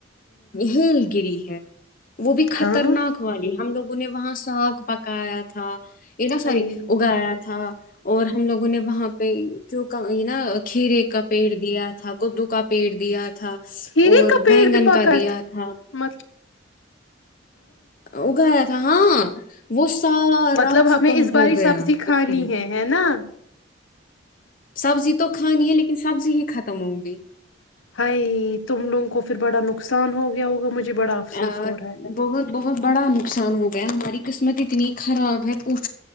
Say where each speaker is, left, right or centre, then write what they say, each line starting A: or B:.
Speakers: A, on the left (about 45°); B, on the left (about 75°).
A: ہیھیل گیری <inaudible> وہ بھی خطرناک
B: ہاں
A: والی ہم لوگ ان نے وہاں ساک پکایا تھا یہ نا ساری
B: ہائی
A: اگایا تھا اور ہم لوگوں نے وہاں پہ کیوںک یہ نا کھیرے کا پیڑ دیا تھا کدو کا پیڑ دیا تھا
B: ک
A: اور
B: کا پیٹ
A: بینگن
B: بھی پکت
A: کا دیا تھا
B: مطل
A: اگایا ہاں وہ سارا
B: مطلب
A: ختم
B: ہمیں اس باری
A: ہو گیا
B: سبزی کھانی
A: اس کی وجہ
B: ہے
A: سے
B: ہے نا
A: سبزی تو کھانی ہے لیکن سبزی ہی ختم ہوں گی
B: ہائی تم لوگوں کو پھر بڑا نقصان ہو گیا ہوگا مجھے بڑا افسوس
A: ا
B: ہو رہا ہے
A: بہت بہت بڑا نقصان ہو گیا ہماری قسمت اتنی خراب ہے پو